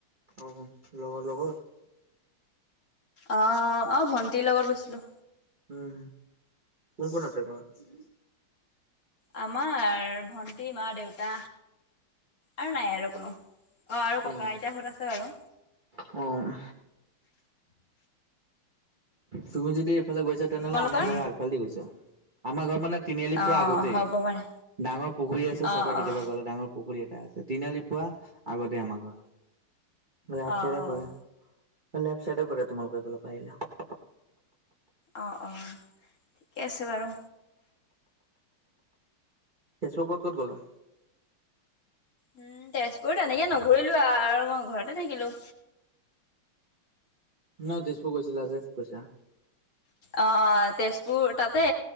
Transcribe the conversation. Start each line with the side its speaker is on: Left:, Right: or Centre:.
Right: অ', লগৰ লগত?
Left: অ', অ', ভণ্টিৰ লগত গৈছিলোঁ।
Right: উম, কোন কোন আছে ঘৰত?
Left: আমাৰ ভন্টি মা দেউতা আৰু নাই আৰু কোনো। অ', আৰু
Right: উম,
Left: ক'কা আইতা সত আছে বাৰু।
Right: অ', তুমি যদি এইফালে গৈছা তেনেহলে
Left: তোমালোকৰ?
Right: আমাৰ ঘৰৰ আগফালে দি গৈছা। আমাৰ ঘৰত মানে তিনিআলি
Left: অ',
Right: পোৱা আগতেই,
Left: হ'ব পাৰে
Right: ডাঙৰ পুখুৰী আছে
Left: অ',
Right: চাবা কেতিয়াবা
Left: অ'।
Right: গ'লে ডাঙৰ পুখুৰী এটা আছে তিনিআলি পুৱা আগতে আমাৰ ঘৰ, ৰাইট
Left: অ',
Right: চাইডে
Left: অ'।
Right: পৰে। লেফচাইডে পৰে তোমাৰ লোকৰ সেই ফালৰ পৰা আহিলে।
Left: অ', অ', ঠিকে আছে বাৰু।
Right: ফেচবুকত ক'ত গলা?
Left: উম, তেজপুৰত এনেকে নুঘুৰিলো আৰু মই ঘৰতে থাকিলো।
Right: ন' তেজপুৰ গৈছিলা যে কৈছা।
Left: অ', তেজপুৰ তাতে